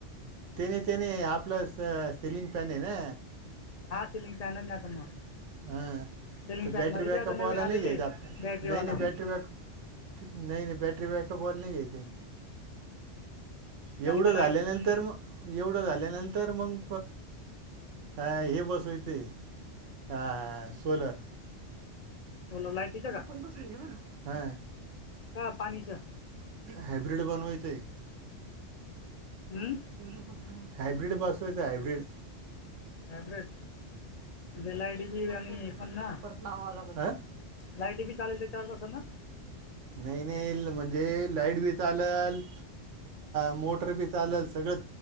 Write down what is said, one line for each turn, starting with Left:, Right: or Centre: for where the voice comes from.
Right: ते नाही ते नाही, आपलं स सिलिंग फॅन आहे ना.
Left: सिलिंग फॅन आहे ना ग मग.
Right: ह
Left: सिलिंग
Right: तर
Left: फॅनमध्ये
Right: बॅटरी बॅकअपवाला
Left: बी आता नवीन आलेले
Right: नाही आहे
Left: बॅटरीवाला
Right: नाही नाही बॅटरी बॅकअप. नाही नाही बॅटरी बॅकअपवाल नाही घ ते
Left: कारण
Right: एवढं
Left: की लाईट
Right: झाल्यानंतर. तर मग एवढं झाल्यानंतर मग हे बसवायचं आहे. हा सोोलर.
Left: होईट.
Right: तू पण सांगेला ना.
Left: हा पाणी.
Right: हायब्रीड बनवायचंय.
Left: हमम.
Right: होयत हाब्रिड.
Left: हायब्रिड ते लाईटी बी
Right: बुल
Left: आणि हे पण ना
Right: परत नावाला ब.
Left: लाईटी बी चालतं तेच्यावर असलना.
Right: नाही नाही म्हणजे लाईट बी चालेल मोटर बी चालेल सगळं.